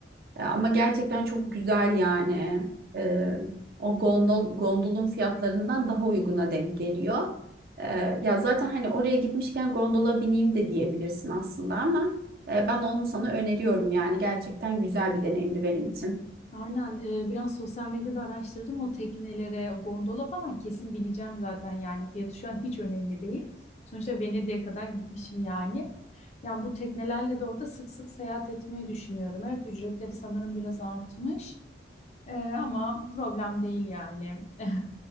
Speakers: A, on the right (about 55°); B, on the left (about 35°).
A: Ee, ama gerçekten çok güzel yani. Ee, o gondol, gondolun fiyatlarından daha uyguna denk geliyor. Ee, ya zaten hani oraya gitmişken gondola bineyim de diyebilirsin aslında ama e, ben onu sana öneriyorum yani gerçekten güzel bir deneyimdi benim için.
B: Aynen e, biraz sosyal medyada araştırdım o teknelere, o gondola falan kesin bineceğim zaten yani fiyatı şu an hiç önemli değil. Sonuçta Venedik'e kadar gitmişim yani. Yani bu teknelerle de orada sık sık seyahat etmeyi düşünüyorum. Evet ücretleri sanırım biraz artmış E, ama problem değil yani. <laughs>